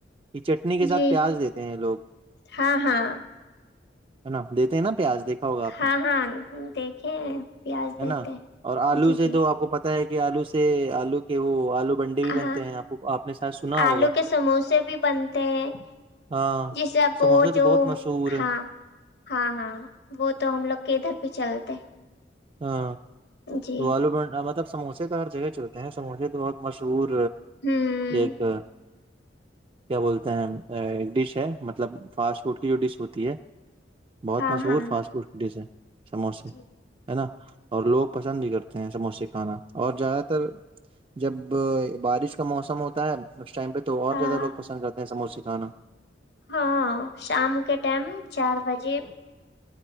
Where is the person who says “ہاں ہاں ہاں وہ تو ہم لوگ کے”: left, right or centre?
Left